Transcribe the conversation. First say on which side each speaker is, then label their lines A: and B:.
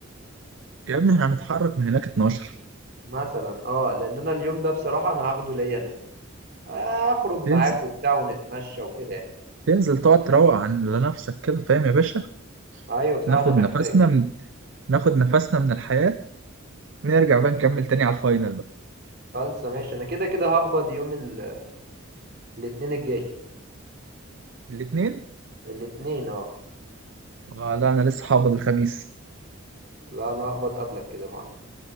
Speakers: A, on the right; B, on the right.
A: يا ابني احنا هنتحرك من هناك 12
B: مثلا اه لان انا اليوم ده بصراحه انا هاخده ليا انا اخرج معاك
A: تنزل
B: وبتاع ونتمشى وكده يعني
A: تنزل تقعد تروق عن لنفسك كده فاهم يا باشا
B: ايوه بصراحه
A: ناخد
B: انا محتاج
A: نفسنا من... ناخد نفسنا من الحياة ونرجع بقى نكمل تاني على الفاينل بقى
B: خالصه ماشي انا كده كده هقبض يوم ال... الاثنين الجاي
A: الاثنين
B: الاثنين اه
A: اه لا انا لسه هقبض الخميس
B: لا انا هقبض قبلك كده يا معلم